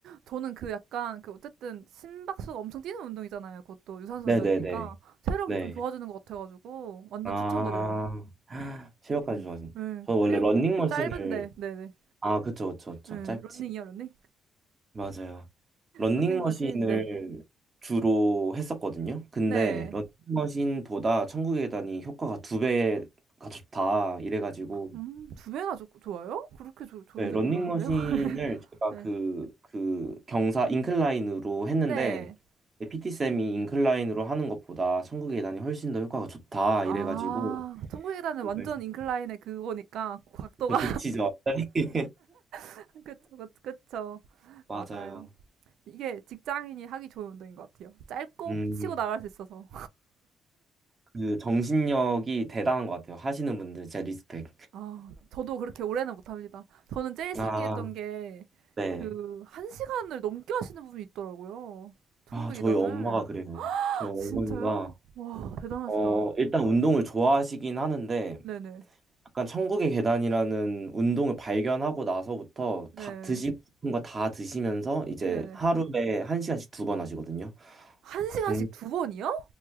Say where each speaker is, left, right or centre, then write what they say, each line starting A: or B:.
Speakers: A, on the right (about 80°); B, on the right (about 35°).
A: 저는 그 약간 그 어쨌든 심박수가 엄청 뛰는 운동이잖아요. 그것도 유산소
B: 네,
A: 운동이니까
B: 네, 네,
A: 체력이
B: 네.
A: 좀 좋아지는 것 같아가지고 완전
B: 아,
A: 추천드려요.
B: <laughs> 체력까지
A: 네.
B: 좋아진.
A: 네.
B: 저 원래
A: 그리고
B: 런닝머신을
A: 짧은데. 네네.
B: 아, 그쵸, 그쵸, 그쵸.
A: 네.
B: 짧지.
A: 런닝이요, 런닝?
B: 맞아요. 런닝머신을
A: 런닝머신. 네.
B: 주로 했었거든요. 근데
A: 네.
B: 런닝머신보다 천국의 계단이 효과가 두 배가 좋다 이래가지고.
A: 음, 두 배나 좋, 좋아요? 그렇게 좋 좋은
B: 네,
A: 줄
B: 런닝머신을
A: 몰랐는데요. <laughs>
B: 제가
A: 네.
B: 그, 그 경사 인클라인으로 했는데
A: 네.
B: PT쌤이 인클라인으로 하는 것보다 천국의 계단이 훨씬 더 효과가 좋다
A: 아,
B: 이래가지고
A: 천국의 계단은
B: 좀
A: 완전
B: 열심히-
A: 인클라인의 그거니까 각도가
B: 좀 극치죠. <laughs>
A: <laughs> 그쵸, 그쵸, 그쵸.
B: 맞아요.
A: 맞아요. 이게 직장인이 하기 좋은 운동인 것 같아요. 짧고
B: 음,
A: 치고 나갈 수 있어서.
B: 그 정신력이 대단한 것 같아요. 하시는 분들 진짜 리스펙.
A: 아, 저도 그렇게 오래는 못합니다. 저는 제일 신기했던
B: 아,
A: 게,
B: 네.
A: 그, 한 시간을 넘게 하시는 분이 있더라고요. 천국이단을.
B: 아, 저희 엄마가 그래요. 저희 어머니가
A: 진짜요? 와, 대단하시다.
B: 어, 일단 운동을 좋아하시긴 하는데
A: 네네.
B: 약간 천국의 계단이라는 운동을 발견하고 나서부터
A: 네.
B: 다 드시고 싶은 거 다 드시면서 이제
A: 네네.
B: 하루에 한 시간씩 두 번 하시거든요.
A: 한 시간씩
B: 정,
A: 두 번이요?